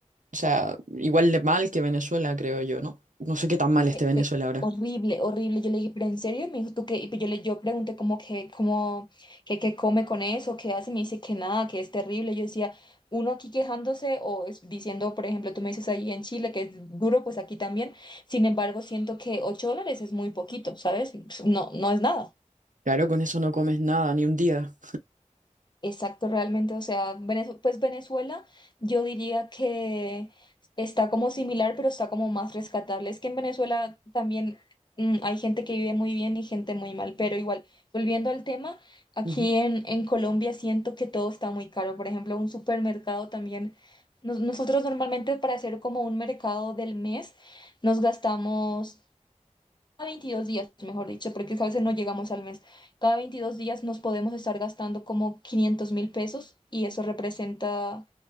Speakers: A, on the right; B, on the left.
A: O sea, igual de mal que Venezuela, creo yo, ¿no? No sé qué tan mal esté
B: Pe-
A: Venezuela
B: pe-
A: ahora.
B: Horrible, horrible. Yo le dije, pero en serio, me dijo, ¿tú qué? Y pues yo le yo pregunté como que, como, que, qué come con eso, qué hace, me dice que nada, que es terrible. Yo decía, uno aquí quejándose o es- diciendo, por ejemplo, tú me dices ahí en Chile que es duro, pues aquí también. Sin embargo, siento que 8 dólares es muy poquito, ¿sabes? Pues No, no es nada.
A: Claro, con eso no comes nada, ni un día.
B: Exacto, realmente, o sea, Venez- pues Venezuela yo diría que está como similar, pero está como más rescatable. Es que en Venezuela también mm, hay gente que vive muy bien y gente muy mal, pero igual, volviendo al tema, aquí
A: Ujú.
B: en, en Colombia siento que todo está muy caro. Por ejemplo, un supermercado también, nos- nosotros normalmente para hacer como un mercado del mes nos gastamos 22 días, mejor dicho, porque a veces no llegamos al mes. Cada 22 días nos podemos estar gastando como quinientos mil pesos y eso representa,